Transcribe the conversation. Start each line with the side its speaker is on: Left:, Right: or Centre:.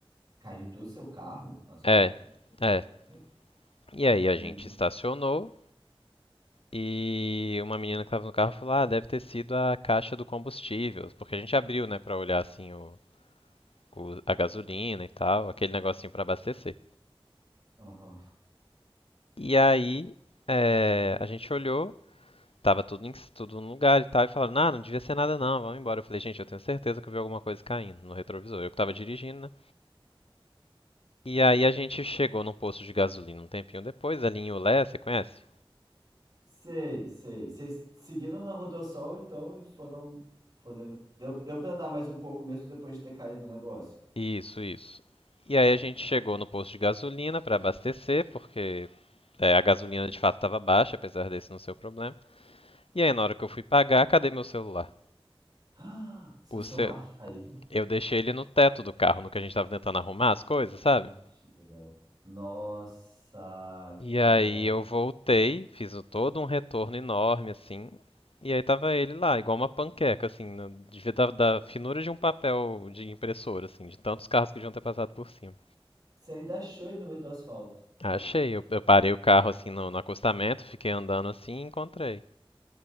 Right: Caiu do seu carro no asfalto?
Left: É, é.
Right: Eu-
Left: E aí a
Right: Uhum.
Left: gente estacionou. E uma menina que tava no carro falou: Ah, deve ter sido a caixa do combustível. Porque a gente abriu, né, pra olhar, assim, o, o- a gasolina e tal, aquele negocinho pra abastecer.
Right: Aham.
Left: E aí, é, a gente olhou. Tava tudo, em, tudo no lugar e tal. E falaram, não não devia ser nada não, vamos embora. Eu falei, gente, eu tenho certeza que eu vi alguma coisa caindo no retrovisor. Eu que tava dirigindo, né? E aí a gente chegou num posto de gasolina um tempinho depois, ali em Ulé, você conhece?
Right: Sei, sei. Vocês seguiram na Rodossol, então, e foram, foram indo. Deu, deu pra andar mais um pouco mesmo depois de ter caído o negócio.
Left: Isso, isso. E
Right: Ah,
Left: aí a gente
Right: tá.
Left: chegou
Right: <gasps>
Left: no posto de gasolina para abastecer, porque é, a gasolina de fato estava baixa, apesar desse não ser o problema. E aí na hora que eu fui pagar, cadê meu celular?
Right: Ah, seu
Left: O
Right: celular
Left: ce...
Right: que caiu?
Left: Eu deixei ele no teto do carro, no que a gente tava tentando arrumar as coisas, sabe?
Right: Mentira. Nossa,
Left: E
Right: que merda.
Left: aí eu voltei, fiz o- todo um retorno enorme, assim. E aí tava ele lá, igual uma panqueca, assim, no- devia da, da finura de um papel de impressora, assim, de tantos carros que deviam ter passado por cima.
Right: Você ainda achou ele no meio do asfalto.
Left: Achei, eu, eu parei o carro, assim, no, no acostamento, fiquei andando assim e encontrei.